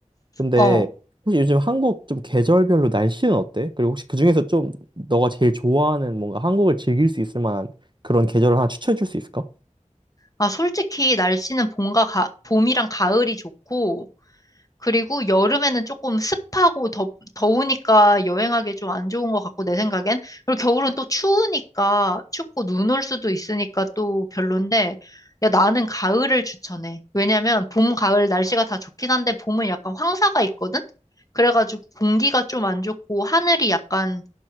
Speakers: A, on the right (about 40°); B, on the left (about 30°).
A: 근데
B: 어.
A: 혹시 요즘 한국 좀 계절별로 날씨는 어때? 그리고 혹시 그중에서 좀 너가 제일 좋아하는 뭔가 한국을 즐길 수 있을 만한 그런 계절을 하나 추천해 줄 수 있을까?
B: 아, 솔직히 날씨는 봄과 가, 봄이랑 가을이 좋고, 그리고 여름에는 조금 습하고 더, 더우니까 여행하기 좀 안 좋은 것 같고, 내 생각엔. 그리고 겨울은 또 추우니까, 춥고 눈 올 수도 있으니까 또 별론데, 야, 나는 가을을 추천해. 왜냐면 봄, 가을 날씨가 다 좋긴 한데, 봄은 약간 황사가 있거든? 그래가지고 공기가 좀 안 좋고, 하늘이 약간